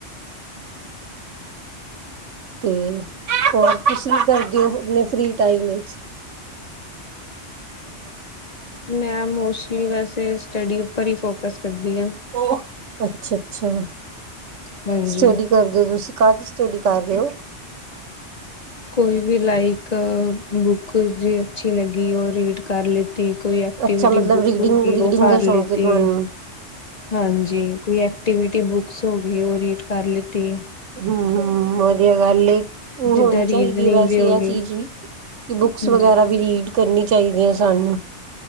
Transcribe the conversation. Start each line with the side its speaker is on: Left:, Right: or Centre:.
Right: ਤੇ ਹੋਰ ਕੁਛ ਵੀ ਕਰਦੇ ਹੋ ਆਪਣੇ ਫ੍ਰਰੀ ਟਾਈਮ ਵਿੱਚ
Left: ਮੈਂ ਮੋਸਟਲੀ ਵੈਸੇ ਸਟੱਡੀ ਉੱਪਰ ਹੀ ਫੋਕਸ ਕਰਦੀ ਹਾਂ
Right: ਉਹ ਅੱਛਾ ਅੱਛਾ
Left: ਹਾਂਜੀ।
Right: ਸਟੱਡੀ ਕਰਦੇ ਹੋ ਤੁਸੀਂ ਕਾਹਦੀ ਸਟੱਡੀ ਕਰ ਰਹੇ ਹੋ
Left: ਕੋਈ ਵੀ ਲਾਈਕ ਬੁੱਕ ਜੇ ਅੱਛੀ ਲੱਗੀ ਉਹ ਰੀਡ ਕਰ ਲਈ ਕੋਈ ਐਕਟੀਵਿਟੀ
Right: ਅੱਛਾ ਮਤਲਬ
Left: ਬੁੱਕ
Right: ਰੀਡਿੰਗ
Left: ਹੋ ਗਈ
Right: ਰੀਡਿੰਗ
Left: ਉਹ ਕਰ
Right: ਦਾ ਸ਼ੌਂਕ
Left: ਲਿਤੀ
Right: ਹੈ ਤੁਹਾਨੂੰ
Left: ਹਾਂਜੀ ਕੋਈ ਐਕਟੀਵਿਟੀ ਬੁੱਕਸ ਹੋ ਗਈ ਉਹ ਰੀਡ ਕਰ ਲੀਤੀ।
Right: ਹੂੰ ਵਧੀਆ ਗੱਲ ਐ।
Left: ਜਿੱਦਾਂ
Right: ਹੋਣੀ
Left: ਰੀਜ਼ਨਿੰਗ
Right: ਚਾਹੀਦੀ ਐ ਵੈਸੇ
Left: ਦੀ ਹੋ
Right: ਇਹ
Left: ਗਈ
Right: ਚੀਜ਼ ਵੀ ਕਿ ਬੁੱਕਸ
Left: ਹੂੰ
Right: ਵਗੈਰਾ ਵੀ ਰੀਡ ਕਰਨੀ ਚਾਹੀਦੀ ਐ ਸਾਨੂੰ